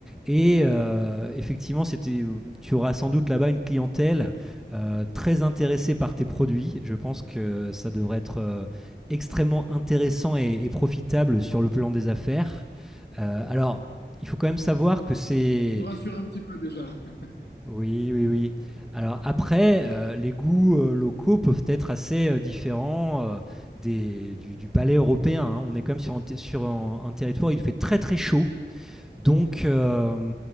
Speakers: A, in the centre; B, on the left.
A: Et euh, effectivement, c'était, tu auras sans doute là-bas une clientèle euh, très intéressée par tes produits. Je pense que ça devrait être euh, extrêmement intéressant et, et profitable sur le plan des affaires. Euh, alors, il faut quand même savoir que c'est...
B: Tu me rassures un petit peu déjà. <laughs>
A: Oui, oui, oui. Alors après, euh, les goûts euh, locaux peuvent être assez euh, différents euh, des, du, du palais européen. hein. On est quand même sur un, ter- sur un, un territoire où il fait très très chaud. Donc, euh,